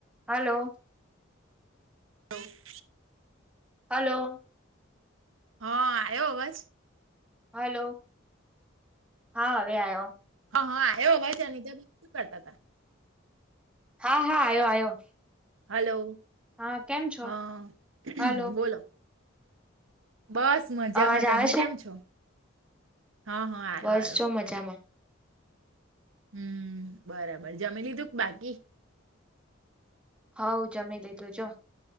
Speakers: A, in the centre; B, on the right (about 75°).
A: હાલો.
B: તો <unintelligible>
A: હલોો.
B: હા આવ્યો અવાજ.
A: હલો હા હવે આવ્યો.
B: હ હા આવ ભાઈ છે અનીતાબેન શું કરતા હતાા..
A: હા હા આવ્યો આવ્યો...
B: હલો
A: હા કેમ છો
B: હા
A: હલો
B: બોલો <unintelligible> બસ મજામાં
A: અવાજ
B: તમે
A: આવે છે
B: કેમ છો. હા હા આવ્યો
A: બસ
B: આવ્યો
A: છો મજામાં.
B: હમ બરાબર જમી લીધું કે બાકી
A: હવ જમી લીધું જો